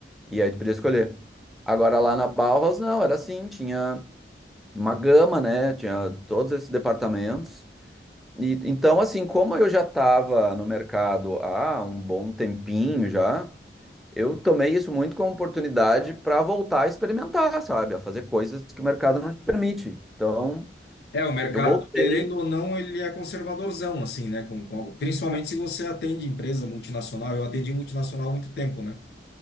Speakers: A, in the centre; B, on the left.
A: E aí tu podia escolher. Agora lá na Bauhaus, não, era assim, tinha uma gama, né? Tinha todos esses departamentos. E então, assim, como eu já estava no mercado há um bom tempinho já, eu tomei isso muito como oportunidade para voltar a experimentar, sabe? A fazer coisas que o mercado não te permite. Então,
B: É, o mercado,
A: eu voltei,
B: querendo ou não, ele é conservadorzão, assim, né? Com, com- principalmente se você atende empresa multinacional. Eu atendi multinacional há muito tempo, né?